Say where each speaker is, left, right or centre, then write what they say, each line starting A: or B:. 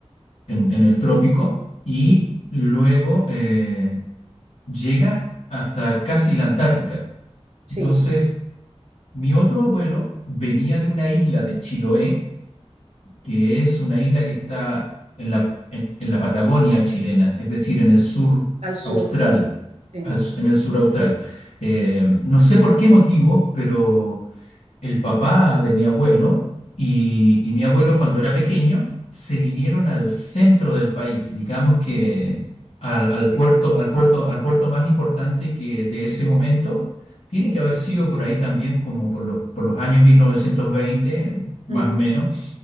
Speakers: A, on the left; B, on the right.
A: en, en el trópico y luego eh, llega hasta casi la Antártica.
B: Sí,
A: Entonces, mi otro abuelo venía de una isla de Chiloé, que es una isla que está en la, en, en la Patagonia chilena, es decir, en el sur
B: al sur,
A: austral,
B: sí,
A: al s- en el sur austral. Eh, no sé por qué motivo, pero el papá de mi abuelo y, y mi abuelo cuando era pequeño se vinieron al centro del país, digamos que al, al
B: sí,
A: puerto, al puerto, al puerto más importante que de ese momento. Tiene que haber sido por ahí también como por los, por los años 1920 más
B: ujú,
A: o menos.